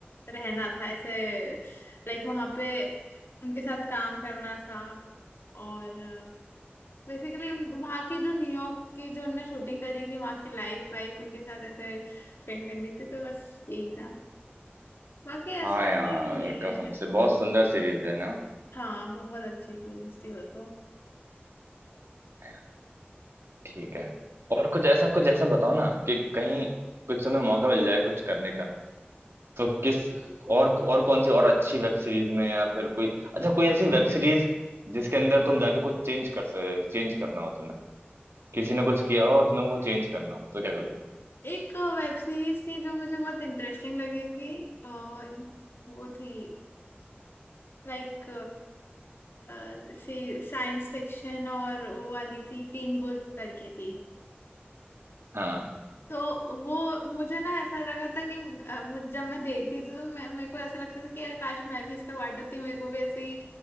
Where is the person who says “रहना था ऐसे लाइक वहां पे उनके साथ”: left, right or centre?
Left